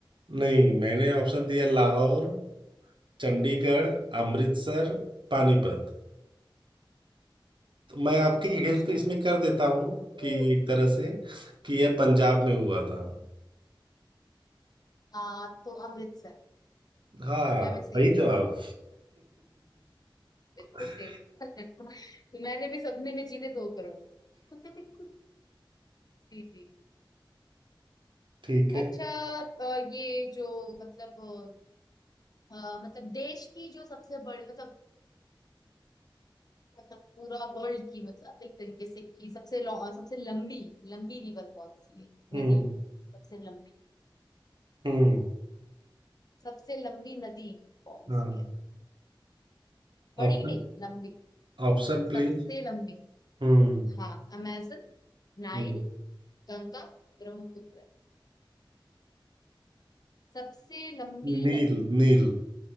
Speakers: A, on the right; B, on the left.
A: नहीं मैंने ऑप्शन दिया लाहौर चंडीगढ़ अमृतसर पानीपत मैं आपकी
B: अच्छा अच्छा
A: हेल्प इसमें कर देता हूँ
B: तो
A: कि एक तरह से कि यह पंजाब में हुआ था
B: आ, तो अमृतसर
A: हाँ
B: क्या मैं
A: सही
B: सही हूँ
A: जवाब
B: बिल्कुल
A: <laughs>
B: सही <laughs> मैंने भी सपने में जीते दो करोड़ <laughs> जी जी
A: ठीक है
B: अच्छा अ, ये जो मतलब अ, अ, मतलब देश की जो सबसे बड़ी मतलब मतलब पूरा वर्ल्ड की मतलब एक तरीके से कि सबसे लौ- सबसे लंबी लंबी रिवर कौन सी है
A: हम्म
B: नदी सबसे लंबी
A: हम्म
B: सबसे लंबी नदी कौन
A: हाँ
B: सी है बड़ी
A: ऑप्शन
B: नहीं लंबी
A: ऑप्शन प्लीज
B: सबसे लंबी
A: हम्म
B: हाँ अमेजन नाइल
A: हम्म,
B: गंगा ब्रह्मपुत्र सबसे लंबी
A: नील
B: नदी
A: नील